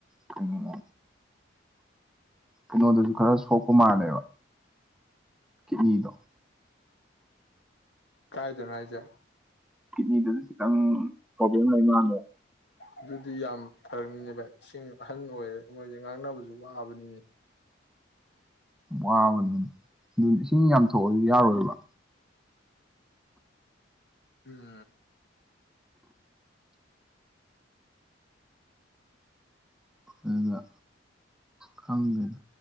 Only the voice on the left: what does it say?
ꯀꯥꯏꯗꯣꯅꯖ
ꯑꯗꯨꯗꯤ ꯌꯥꯝ ꯐꯔꯛꯅꯤꯅꯦ ꯚꯥꯏ ꯏꯁꯤꯡ ꯑꯍꯟ ꯑꯣꯏꯔꯦ ꯃꯣꯏꯁꯦ ꯉꯥꯡꯅꯕꯁꯨ ꯋꯥꯕꯅꯤꯅꯦ
ꯎꯝ